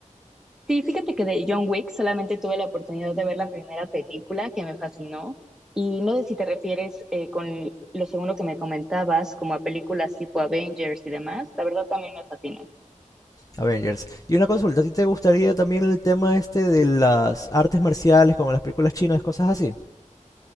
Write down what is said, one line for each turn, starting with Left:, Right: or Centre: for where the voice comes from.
Centre: Sí, fíjate que de John Wick solamente tuve la oportunidad de ver la primera película que me fascinó. Y no sé si te refieres eh, con lo segundo que me comentabas, como a películas tipo Avengers y demás. La verdad también me fascinó.
Left: Avengers. Y una consulta, ¿a ti te gustaría también el tema este de las artes marciales, como las películas chinas, cosas así?